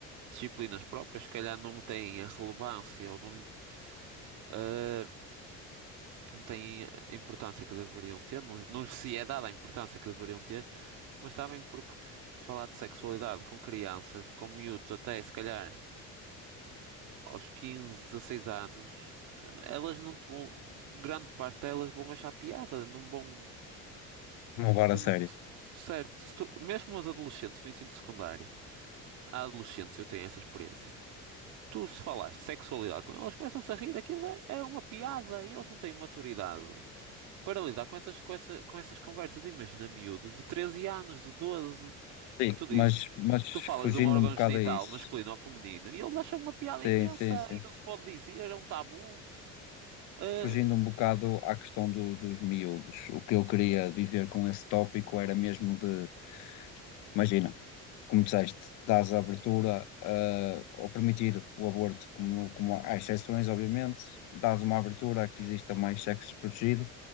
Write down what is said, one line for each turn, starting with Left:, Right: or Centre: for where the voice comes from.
Right: disciplinas próprias. Se calhar não têm a relevância ou não lhe. eh, não têm a importância que deveriam ter, não, não lhes se é dada a importância que deveriam ter, mas também porque falar de sexualidade com crianças, com miúdos até se calhar aos 15, 16 anos, eh, elas não te vão, grande parte delas vão achar piada, não vão,
Left: Não levar
Right: porque
Left: a sério.
Right: s- certo, se tu- mesmo os adolescentes do ensino secundário, há adolescentes, eu tenho essa experiência. Tu se falaste de sexualidade com elas, começam-se a rir, aquilo é, é uma piada e eles não têm maturidade para lidar com essas, com essa- com essas conversas. Imagina miúdos de 13 anos, de 12,
Left: Sim,
Right: que tu dizes,
Left: mas, mas
Right: tu falas
Left: fugindo
Right: de um órgão
Left: um bocado
Right: genital
Left: a isso.
Right: masculino ou feminino e eles acham uma piada
Left: Sim,
Right: imensa
Left: sim, sim.
Right: e não se pode dizer, é um tabu. Ah,
Left: Fugindo um bocado à questão do- dos miúdos. O que eu queria dizer com esse tópico era mesmo de Imagina, como disseste, dás a abertura ah, ao permitir o aborto, como, no- como há exceções, obviamente, dás uma abertura a que exista mais sexo desprotegido